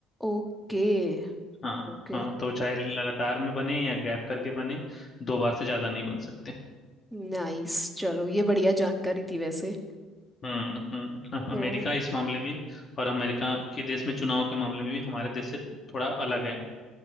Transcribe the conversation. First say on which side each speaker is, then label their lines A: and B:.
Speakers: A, in the centre; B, on the left.
A: Okay
B: हाँ
A: okay
B: हाँ तो चाहे लगातार में बने या गैप करके बने दो बार से ज्यादा नहीं बन सकते
A: नाइस चलो ये बढ़िया जानकारी थी वैसे
B: हम्म हम्म हाँ,
A: तो
B: अमेरिका इस मामले में और अमेरिका के देश में चुनाव के मामले में भी हमारे देश से थोड़ा अलग है